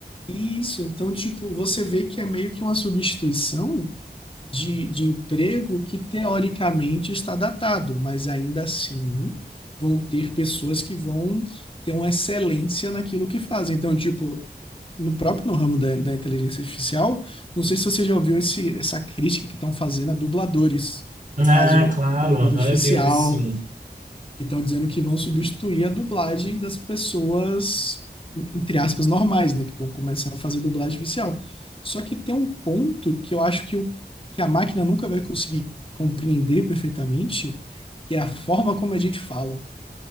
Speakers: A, on the left; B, on the right.
A: Isso, então, tipo, você vê que é meio que uma substituição de, de emprego que teoricamente está datado, mas ainda assim vão ter pessoas que vão ter uma excelência naquilo que fazem. Então, tipo, no próprio no ramo da, da inteligência artificial, não sei se você já ouviu esse, essa crítica que estão fazendo a dubladores. No
B: Ah,
A: caso,
B: claro,
A: da dubladora
B: aham,
A: artificial,
B: eu tenho visto sim.
A: que estão dizendo que vão substituir a dublagem das pessoas, entre aspas, normais, né? Que vão começar a fazer dublagem oficial. Só que tem um ponto que eu acho que, o, que a máquina nunca vai conseguir compreender perfeitamente, que é a forma como a gente fala.